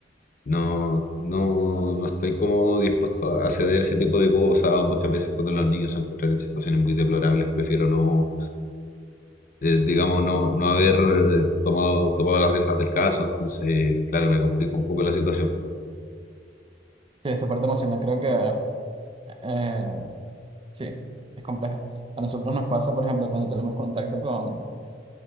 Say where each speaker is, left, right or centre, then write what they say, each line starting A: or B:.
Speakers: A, on the left (about 45°); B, on the right (about 30°).
A: no, no, no estoy como dispuesto a ceder ese tipo de cosas. o Muchas veces cuando los niños se encuentran en situaciones muy deplorables, prefiero no, eh, digamos, no, no haber eh, tomado, tomado las riendas del caso. Entonces, claro, me complica un poco la situación.
B: Sí, esa parte emocional creo que eh, sí, es compleja. A nosotros nos pasa, por ejemplo, cuando tenemos contacto con,